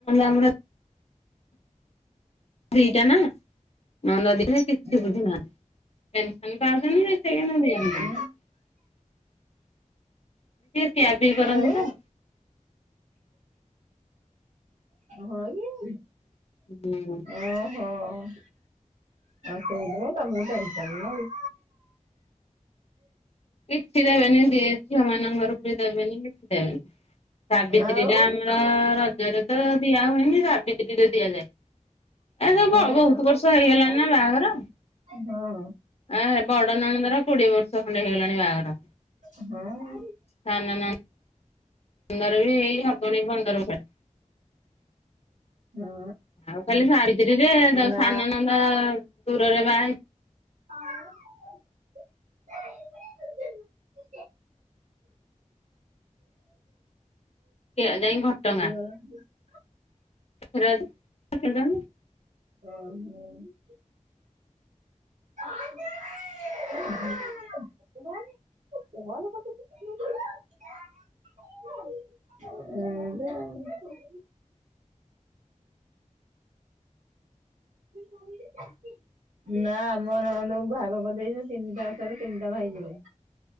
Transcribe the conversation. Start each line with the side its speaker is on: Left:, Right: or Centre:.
Left: ଆମର ଦିଇଟା ନା, ନଣନ୍ଦ ଦି ଟା କିଛି
Right: ହୁଁ
Left: ବୁଝୁ ନାହାଁନ୍ତି। ପେନସନ୍ ପାଉଛନ୍ତି ଯେ ସେ କିନ୍ତୁ ଦିଅନ୍ତିନି।
Right: ହୁଁ
Left: ଟିକେ ପିଆ ପିଇ କରନ୍ତି
Right: ଆଉ
Left: ତ।
Right: ହଁ କି।
Left: ଉ ଗୁଁ
Right: ଓହୋ। ଆଉ ସେଥିପାଇଁ ତମକୁ ଟେନସନ୍ ନାଇଁ।
Left: କିଛି ଦେବେନି, ଦି ଝିଅ ମାନଙ୍କ ଘର କୁ ବି ଦେବେନି କିଛି ଦେବେନି। ସାବିତ୍ରୀରେ
Right: ଆଉ
Left: ଆ ର ରଜରେ ତ ଦିଆ ହୁଏନି, ସାବିତ୍ରୀରେ ଦିଆଯାଏ। ଏରା
Right: ହଁ
Left: ସବୁ ବହୁତ ବର୍ଷ ହେଇଗଲାଣିି
Right: ହଁ
Left: ନା ବାହାଘର।
Right: ହଁ
Left: ଆ ବଡ ନଣନ୍ଦର କୋଡିଏ ବର୍ଷ ଖଣ୍ଡେ ହେଇଗଲାଣି ବାହାଘର।
Right: ହଁ।
Left: ସାନ ନଣ ନ୍ଦର ବି ହବଣି ପନ୍ଦର <unintelligible>
Right: ହଁ
Left: ଆଉ ଖାଲି ସାବିତ୍ରୀରେ ତ
Right: ନା
Left: ସାନନଣନ୍ଦ ଦୂରରେ ବାହା ହେଇ
Right: <inaudible>
Left: ଯାଇଁକି ଘଟଗାଁ।
Right: <unintelligible>
Left: <unintelligible>
Right: <unintelligible> <unintelligible> ତୁ କଲ୍ କରିଦଉଚୁ <unintelligible> <unintelligible> <unintelligible> ନା ଆମ ନଣନ୍ଦଙ୍କୁ ବାହାଘର କରିଦେଇଚୁ ତିନିଟା ଓଷାରେ ତିନିଟା ଭାଇ ଯିବେ।